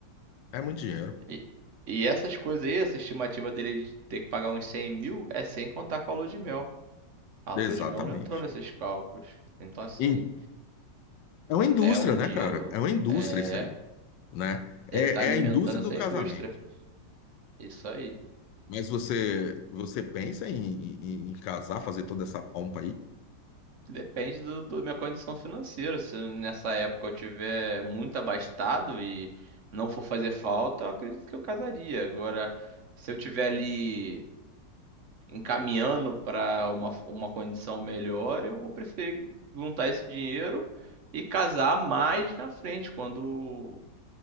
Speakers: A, on the left; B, on the right.
A: É muito dinheiro.
B: E, e essas coisas aí, essa estimativa dele de ter que pagar uns cem mil é sem contar com a lua de mel. A lua
A: Exatamente.
B: de mel não entrou nesses cálculos. Então, assim,
A: E é uma indústria,
B: é um
A: né,
B: dinheiro.
A: cara? É uma indústria
B: É.
A: isso aí, né? É,
B: Ele tá alimentando
A: é a indústria
B: essa
A: do casamento.
B: indústria. Isso aí.
A: Mas você, você pensa em, em, em casar, fazer toda essa pompa aí?
B: Depende do, do minha condição financeira. Se nessa época eu tiver muito abastado e não for fazer falta, eu acredito que eu casaria. Agora, se eu tiver ali. encaminhando para uma, uma condição melhor, eu vou preferir juntar esse dinheiro e casar mais na frente, quando,